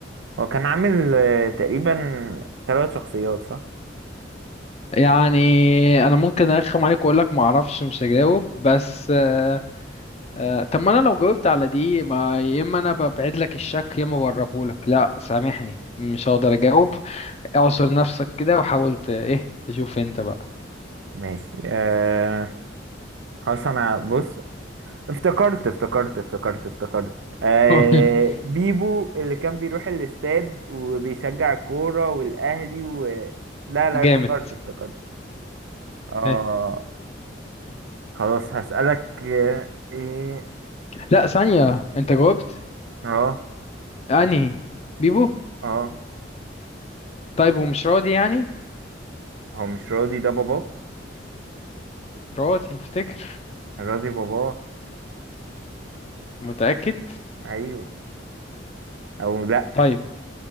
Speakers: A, on the right; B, on the left.
A: هو كان عامل آه، تقريبا ثلاث شخصيات صح
B: يعني انا ممكن ارخم عليك واقول لك ما اعرفش مش هجاوب بس آه، آه، طب ما انا لو جاوبت على دي ما يا اما انا ببعد لك الشك يا اما بقربه لك لا سامحني مش هقدر اجاوب اعصر نفسك كده وحاول ت- ايه تشوف انت بقى
A: ماشي آه خلاص انا بص افتكرت افتكرت افتكرت افتكرت آه
B: <laughs>
A: بيبو اللي كان بيروح الاستاد وبيشجع الكورة والاهلي و... لا لا
B: جامد
A: افتكرت افتكرت اه
B: إيه.
A: خلاص هسألك آه، ايه
B: لا ثانية انت جاوبت
A: اه
B: انهي بيبو
A: اه
B: طيب ومش راضي يعني
A: هو مش راضي ده باباه
B: راضي افتكر
A: كان راضي باباه
B: متأكد
A: ايوه او لا
B: طيب